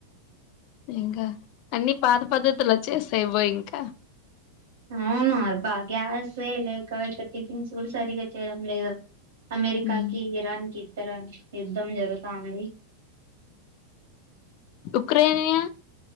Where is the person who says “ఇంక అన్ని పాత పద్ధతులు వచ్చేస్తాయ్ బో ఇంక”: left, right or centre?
Left